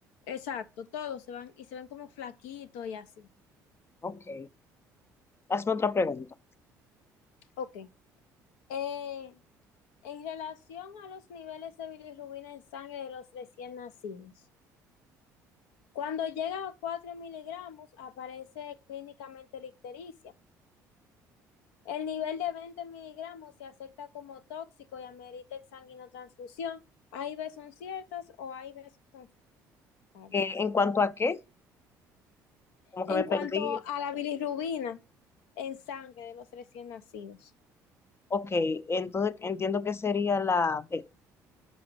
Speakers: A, on the left (about 75°); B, on the left (about 30°).
A: Exacto, todos se van y se ven como flaquitos y así.
B: Ok. Hazme otra pregunta.
A: Ok. Eh, en relación a los niveles de bilirrubina en sangre de los recién nacidos, cuando llega a 4 miligramos aparece clínicamente ictericia. El nivel de 20 miligramos se acepta como tóxico y amerita exsanguinotransfusión. Hay veces son ciertas o hay veces son falsas.
B: Eh, ¿en cuanto a qué? Como
A: En
B: que me
A: cuanto
B: perdí
A: a la bilirrubina en sangre de los recién nacidos.
B: Ok, entonces entiendo que sería la B.